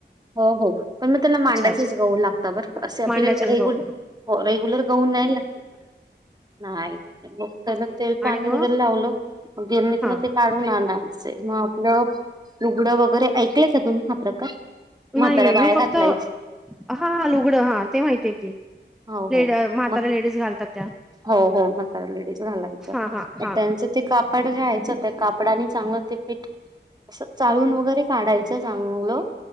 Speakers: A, on the right (about 20°); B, in the centre.
A: हो, हो. पण मग त्याला, मांडाचेच
B: अच्छा.
A: गहू लागतात बरं. असे आपले
B: मांडाचेच
A: रेगुलर
B: गहू.
A: हो, रेग्युलर गहू नाही लाग नाही. म त्याला
B: हं, हं.
A: तेल- पाणी
B: आणि मग?
A: वगैरे लावलं. गिरणीत
B: हां.
A: ना ते काढ ढून आणायचे. मग आपलं लूगडं वगैरे. ऐकलंय का तुम्ही, हा प्रकार? म्हाताऱ्या
B: नाही, नाही.
A: बाया
B: मी फक्त,
A: घालायचे
B: हा लुगडं, हा ते माहितीय की.
A: हो
B: लेडी,
A: हो
B: म्हाताऱ्या
A: मग
B: लेडीज घालतात त्या.
A: हो, हो. म्हाताऱ्या लेडीज घालायच्या.
B: हां, हां, हां.
A: त्यांच ते कापड घ्यायचं. ते कापडानी चांगलं ते पीठ असं, चाळून वगैरे काढायचं, चांगलं.